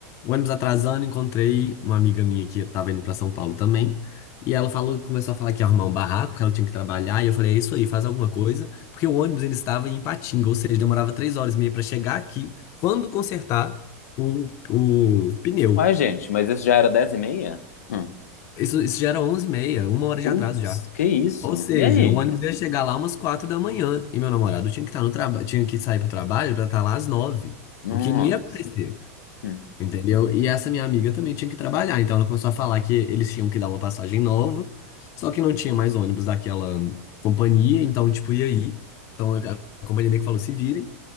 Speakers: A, on the left; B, on the left.
A: O ônibus atrasando, encontrei uma amiga minha que tava indo pra São Paulo também. E ela falou, começou a falar que ia arrumar um barraco, que ela tinha que trabalhar. E eu falei, é isso aí, faz alguma coisa. Porque o ônibus ainda estava em Ipatinga, ou seja, demorava três horas e meia pra chegar aqui, quando consertar o, o pneu.
B: Uai, gente, mas isso já era dez e meia? Hum.
A: Isso, isso já era 11h30, uma hora de
B: Putz,
A: atraso já.
B: que isso?
A: Ou seja,
B: E aí?
A: o ônibus ia chegar lá umas quatro da manhã. E meu namorado tinha que estar no trabalho, tinha que sair pro trabalho pra estar lá às nove.
B: Nossa.
A: O que não ia acontecer.
B: Hum.
A: Entendeu? E essa minha amiga também tinha que trabalhar, então ela começou a falar que eles tinham que dar uma passagem nova, só que não tinha mais ônibus daquela companhia, então, tipo, e aí? Então a a companhia meio que falou: se virem.